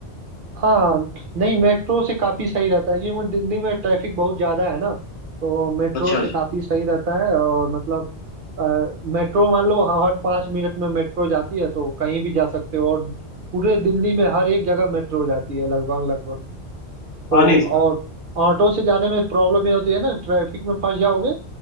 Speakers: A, on the right; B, on the left.
A: हाँ नहीं मेट्रो से काफ़ी सही रहता है क्योंकि दिल्ली में ट्रैफिक बहुत ज़्यादा है ना तो मेट्रो
B: अच्छा
A: से
B: अच्छा।
A: काफ़ी सही रहता है और मतलब अ, मेट्रो मान लो हाँ, हर पाँच मिनट में मेट्रो जाती है तो कहीं भी जा सकते हो और पूरे दिल्ली में हर एक जगह मेट्रो जाती है लगभग लगभग तो
B: हानिस
A: और
B: का
A: ऑटो से जाने में प्रॉब्लम ये होती है ना ट्रैफिक में फंस जाओगे